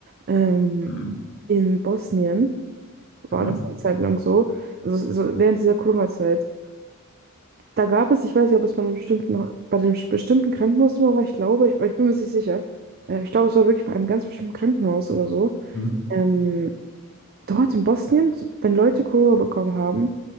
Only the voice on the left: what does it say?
Mhm.
Mhm.
Mhm.